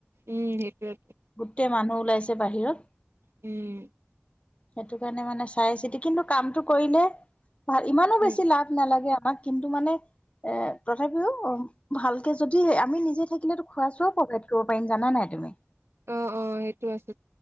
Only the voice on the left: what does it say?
গোটেই মানুহ ওলাইছে বাহিৰত।
সেইটো কাৰণে মানে চাই চিতি কিন্তু কামটো কৰিলে ভাল ইমানো
বেছি লাভ নালাগে আমাক কিন্তু মানে এ তথাপিও ভালকে যদি আমি থাকিলো খোৱা চোৱাও প্ৰভাইড কৰিব পাৰিম জানা নাই তুমি।